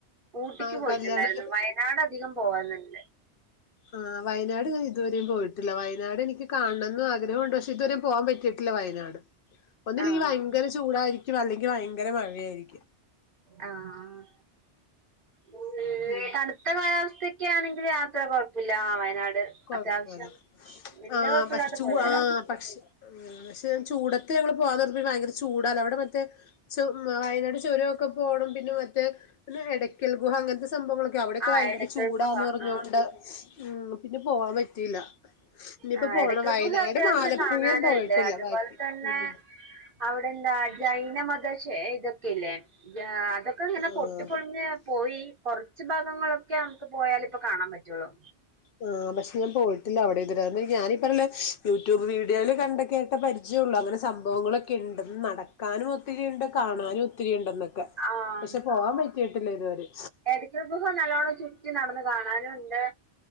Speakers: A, on the right; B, on the left.
A: ഊട്ടിക്ക്
B: ആ
A: പോയിട്ടുണ്ടായിരുന്നു
B: കല്യാണം
A: വയനാട് അധികം പോകാലുണ്ട്
B: ആഹ വയനാട് ഞാൻ ഇതുവരെയും പോയിട്ടില്ല വയനാട് എനിക്ക് കാണണംന്ന് അ ആഗ്രഹണ്ട് പക്ഷെ ഇതുവരെ പോകാൻ പറ്റിട്ടില്ല വയനാട് ഒന്നില്ലങ്കിൽ
A: ആഹ്
B: ഭയങ്കര ച്ചു ചൂടായിരിക്കും അല്ലെങ്കിൽ ഭയങ്കര മഴയായിരിക്കും
A: ആഹ് <unintelligible> ഇ
B: ഉം
A: കാലാവസ്ഥയക്കെ ആണെങ്കിൽ യാത്ര കുഴപ്പില്ല വയനാട്
B: കുഴപ്പില്ല
A: അത്യാവശ്യം വല്യ
B: ആ
A: കുഴപ്പമില്ലാതെ
B: പക്ഷ ച്ചു
A: പോയി വരാം
B: ആ പക്ഷ പക്ഷെ ചൂടത്ത് ഞങ്ങള് പോവാന്ന് കേരത്തി ഭയങ്കര ചൂടാ അവിടെ മറ്റേ ച വയനാട് ചുരൊക്കെ പോണം പിന്നെ മറ്റേ പിന്നെ എടയ്ക്കൽ ഗുഹ അങ്ങനത്തെ സംഭവങ്ങളൊക്കെ അവിടെയൊക്കെ
A: ആ
B: ഭയങ്കര
A: എടക്കൽ
B: ചൂടാന്ന്
A: ഗുഹ
B: പറഞ്ഞോണ്ട്
A: ആ
B: ഉ പിന്നെ പോവാൻ പറ്റിയില്ല ഇനിയിപ്പോ
A: ആ
B: പോണം
A: എടയ്ക്ക്
B: വയനാടും
A: ഗുഹ അത്യാവശ്യം
B: ആലപ്പുഴയും
A: കാണാനുണ്ട്
B: പോയിട്ടില്ല
A: അതുപോലെ
B: ബാക്കി
A: തന്നെ
B: ഉം
A: അവ്ടെന്താ ജൈന മതശേ ത് ക്കില്ലേ ജാ അതൊക്കെങ്ങനെ
B: ആഹ്
A: പൊട്ടി പൊൾഞ്ഞ് പോയി കൊർച്ച് ഭാഗങ്ങളൊക്കേമ്മക്ക് പോയാല് പ്പൊ കാണാപറ്റുള്ളൂ
B: ആ പഷെ ഞാൻ പോയിട്ടില്ല അവ്ടെ ഇതൊരെ അന്ന് ഞാനീ പറൊല യൂട്യൂബ് വീ ഡ്യോല് കണ്ട്കേട്ട പര്ച്യൊള്ളു അങ്ങനെ സംഭൊവ്ങ്ങളൊക്കെണ്ടെന്ന് നടക്കാന്വൊത്തിരിണ്ട് കാണാനും ഒത്തിരിണ്ടെന്നൊക്കെ
A: ആഹ്
B: പഷെ പോവാൻ പറ്റീട്ടില്ല ഇതുവരെ
A: എടക്കൽ ഗുഹ നല്ലോണം ചുറ്റി നടന്ന് കാണാനുണ്ട്